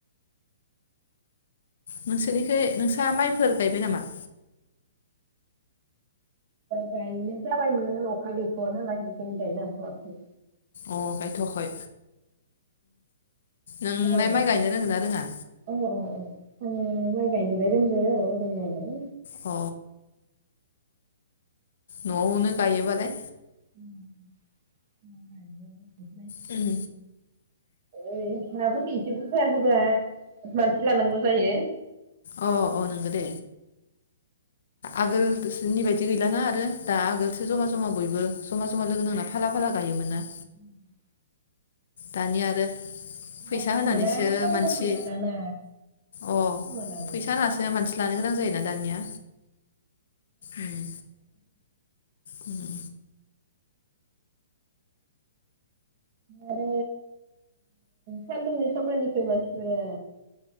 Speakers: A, on the left; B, on the right.
A: नोंसोरनिखै नोंसा माइफोर गायबाय नामा
B: गायनो जाबायमोन अखा गैथ'आ नालाय बिनिखायनो गायनो हाथ'वाखै
A: अ गायथ'हखै नोंलाय
B: जागायबाय
A: माइ गायनो रोंगोन ना रोङा
B: अ अ आङो माइ गायनोलाय रोंगौ रोंनायालाय
A: अ न'आवनो गायोबालाय
B: <inaudible>
A: उम
B: ए हाफोरखौ एसे बुरजा होबा मानसि लानांगौ जायो
A: अ अ नोंगौ दे आगोल बायदि गैलाना आरो दा आगोलसो जमा जमा बयबो जमा जमा लोगो नांना फाला फाला गायोमोन ना
B: उम
A: दानिया आरो
B: रावखौबो
A: फैसा होनानैसो
B: मोना आरो समबो
A: मानसि
B: मोनाना ना
A: अ
B: सम मोनाना
A: फैसा होनासो मानसि लानो गोनां जायोना दानिया उम उम
B: आरो सान्दुंनि खामानिखौ मानसिफोरा